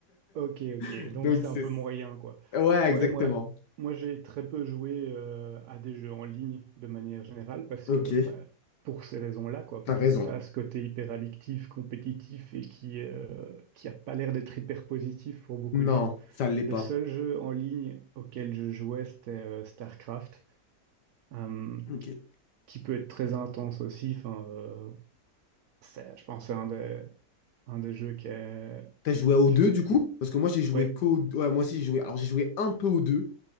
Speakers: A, on the right (about 70°); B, on the left (about 75°).
A: Ok, ok,
B: <laughs>
A: donc
B: Donc,
A: c'est
B: c'est...
A: un peu moyen, quoi.
B: Ouais,
A: Ouais,
B: exactement.
A: moi, moi j'ai très peu joué euh, à des jeux en ligne de manière générale parce
B: Ok,
A: que, bah, pour ces raisons-là, quoi,
B: t'as
A: parce
B: raison.
A: que ça a ce côté hyper addictif, compétitif et qui, euh, qui a pas l'air d'être hyper positif pour beaucoup
B: Non,
A: de gens.
B: ça l'est pas.
A: Le seul jeu en ligne auquel je jouais, c'était euh, StarCraft, euh,
B: Ok.
A: qui peut être très intense aussi. Enfin, euh, c'est- je pense que c'est un des, Un des jeux qui est...
B: T'as joué au
A: qui
B: deux
A: te-
B: du coup? Parce que moi, j'ai joué
A: Ouais,
B: qu'au... Ouais, moi aussi, j'ai joué... Alors, j'ai joué un peu au deux